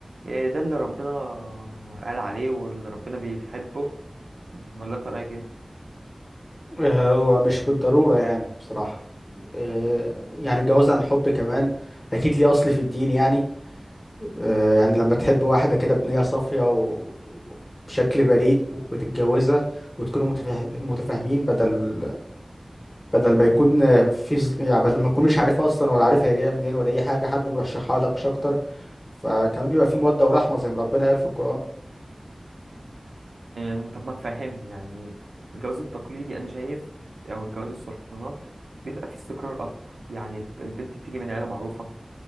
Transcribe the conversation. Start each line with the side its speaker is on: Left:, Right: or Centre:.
Right: آه، ده اللي ربنا قال عليه واللي ربنا بيحبه ولا انت رايك ايه
Left: آه، هو مش بالضرورة يعني بصراحة آه، يعني الجواز عن حب كمان أكيد ليه أصل في الدين يعني آه، يعني لما تحب واحدة كده بنية صافية و- وبشكل بريء وتتجوزها وتكونوا متفاه- متفاهمين بدل بدل ما يكون آه، في ص- يعني بدل ما تكون مش عارفها أصلا ولا عارف هي جاية منين ولا أي حاجة حد مرشحها لك مش أكتر فكمان بيبقى في مودة ورحمة زي ما ربنا قال في القرآن
Right: أم، طب ما تفهمني يعني الجواز التقليدي انا شايف او الجواز الصالونات بيبقى فيه استقرار اكتر يعني الب- البنت بتيجي من عيله معروفه